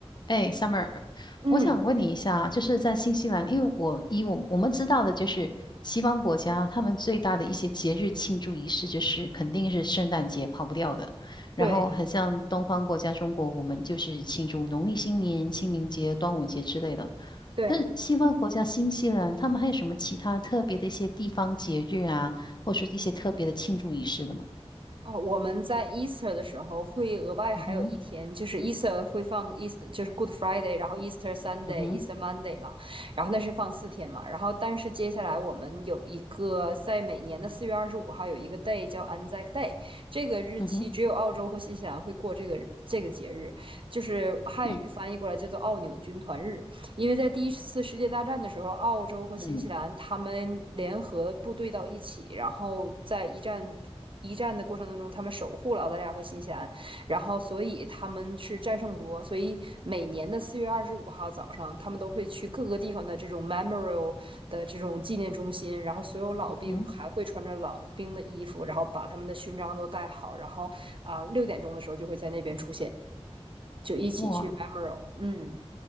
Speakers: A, on the left; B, on the right.
A: 哎，Summer，
B: 嗯，
A: 我想问你一下，就是在新西兰，因为我以我我们知道的，就是西方国家他们最大的一些节日庆祝仪式，就是肯定是圣诞节跑不掉的。然后很像东方国家中国，
B: 对
A: 我们就是庆祝农历新年、清明节、端午节之类的。
B: 对，
A: 那西方国家新西兰，他们还有什么其他特别的一些地方节日啊，或是一些特别的庆祝仪式的吗？
B: 哦，我们在 Easter 的时候会额外还有一天，
A: 嗯哼，
B: 就是 Easter 会放 Easter，就是 Good Friday，然后 Easter Sunday、
A: 嗯哼，
B: Easter Monday 嘛，然后那是放四天嘛，然后但是接下来我们有一个在每年的四月二十五号有一个 day 叫 Anzac Day，这个日期只有澳洲和新西兰会过这个这个节日，
A: 嗯哼，
B: 就是汉语翻译过来叫做奥纽军团日。
A: 嗯
B: 因为在第一次世界大战的时候，澳洲和新西兰他们联合部队到一起，
A: 嗯
B: 然后在一战一战的过程当中，他们守护了澳大利亚和新西兰，然后所以他们是战胜国，所以每年的四月二十五号早上，他们都会去各个地方的这种 memorial 的这种纪念中心，然后所有老兵还会穿着老兵的衣服，
A: 嗯
B: 然后把他们的勋章都戴好，然后啊六、点钟的时候就会在那边出现，就一起去
A: 哼，哇，
B: memorial，嗯。